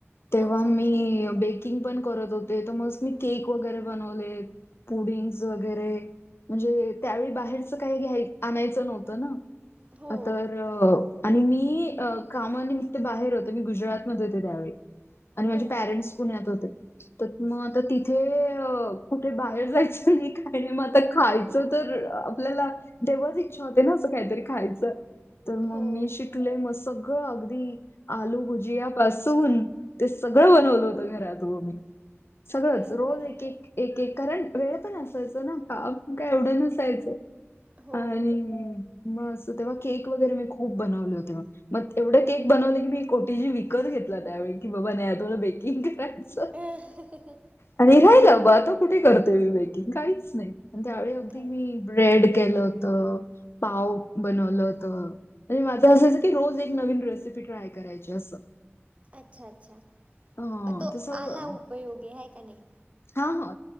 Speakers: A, on the left (about 65°); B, on the right (about 30°).
A: तेंव्हा
B: अच्छा
A: मी
B: अच्छा
A: बेकिंग पणं करतं होते तरं मंग मी केक वगैरें बनवले पुडिच वगैरें म्हणजे त्यांवेळी बाहेरचं कांहीं घ्यांय आणायचं नव्हतं नां
B: हो
A: तरं मंग आणि मी कामांनिमित्त बाहेर होतो मी गुजरात मध्यें होते त्यांवेळी आणि माझे
B: बरं
A: पॅरेंट्स
B: बरं
A: पुण्यांत होते. तरं मंग आंता तिथे कुंठे बाहेर जायचं नाहीं कायं नाहीं मंग आंता खायचं तरं आपल्यांला तेव्हांच इच्छा होते नां असं कांहीतरी खायचं तरं मं
B: हो
A: मी शिकले मस्तं सगळं अगदीं आलु भुजियांपासुन ते सगळं बनवलं होतं घरांत मी सगळंच
B: बरं
A: रोज
B: बरं
A: एक एक एक एक कारणं वेळं पणं असायचं नां कामं एवढं नसायचं
B: हो
A: आणि मंग तसं तेंव्हा केक वगैरें मी खुंप बनवले होते मं मंग एवढं केक बनवले की मी ओटी जी विकतं घेतला त्यांवेळी की बाबां नाहीं आंता बेकिंग करायचं.
B: हं हं हं
A: आणि राहील बां तो कुंठे करते बेकिंग काहींचं नाहीं. आणि त्यांवेळी अगदीं
B: काहीच
A: मी
B: नाही.
A: ब्रेड केलं होतं पांव बनवलं होतं आणि माझं असायचं की रोज एक नवीन रेसिपी ट्राय करायंची- खायचं असं
B: अच्छा अच्छा
A: हां
B: पणं तो
A: तसं
B: आंला उपयोगी हांय कां नाहीं-
A: हां हां